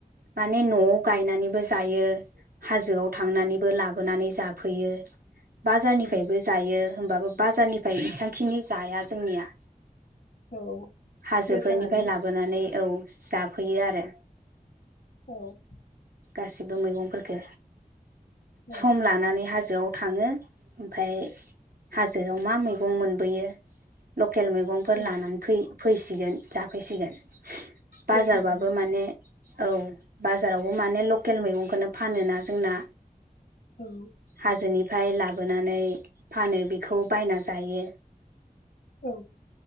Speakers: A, on the right; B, on the left.
A: माने न'आव गायनानैबो जायो हाजोआव थांनानैबो लाबोनानै जाफैयो बाजारनिफ्रायबो
B: औ
A: जायो होमबाबो बाजारनिफ्राय एसेबांखिनि जाया जोंनिया
B: औ
A: हाजोफोरनिफ्राय
B: मोजाङानो
A: लाबोनानै औ जाफैयो आरो
B: औ
A: गासिबो मैगंफोरफोरखौ
B: औ
A: सम लानानै हाजोआव थांङो ओमफाय हाजोआव मा मैगं मोनबोयो लकेल मैगंफोर
B: औ
A: लानानै फैय फैसिगोन जाफैसिगोन बाजारबाबो
B: मोजाङानो
A: माने औ बाजाराव। अ माने लकेल मैगंखौनो फानोना जोंना।
B: औ
A: हा जोनि। फाय लाबोनानै फानो बेखौ बायना जायो।
B: औ।